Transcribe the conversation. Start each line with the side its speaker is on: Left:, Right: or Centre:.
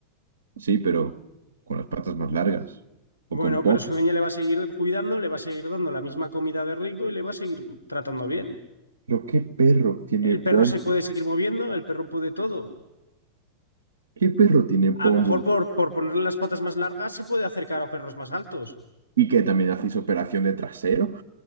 Right: Sí, pero con las patas más largas
Left: Bueno,
Right: o con pom.
Left: pero su dueña le va a seguir cuidando, le va a seguir dando la misma comida de rico y le va a seguir tratando bien.
Right: Pero ¿qué perro tiene
Left: El
Right: pom?
Left: perro se puede seguir moviendo, el perro puede todo.
Right: ¿Qué perro tiene pómulo?
Left: A lo mejor por, por ponerle las patas más largas se puede acercar a perros más altos.
Right: ¿Y que también hacéis operación de trasero?